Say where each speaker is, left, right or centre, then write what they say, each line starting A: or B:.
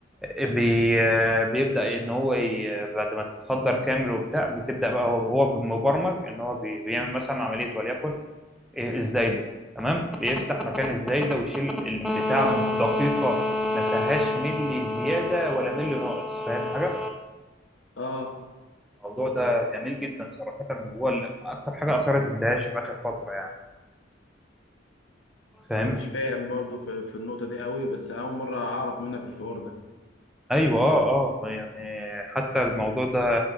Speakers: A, in the centre; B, on the left.
A: آه، بي... آه، بيبدا ان هو ي... بعد ما تتخدر كامل وبتاع بتبدا بقى هو هو مبرمج ان هو بي... بيعمل مثلا عمليه وليكن إيه، الزايده تمام بيفتح مكان الزايده ويشيل البتاع
B: اه
A: بدقيقه ما فيهاش ملي زياده ولا ملي ناقص فاهم حاجه
B: اه
A: الموضوع ده جميل جدا صراحه وهو اللي اكتر حاجه اثرت اندهاش في اخر فتره يعني فاهم
B: انا مش فاهم برضه في في النقطه دي قوي بس اول مره اعرف منك الحوار ده
A: ايوه اه اه يعني حتى الموضوع ده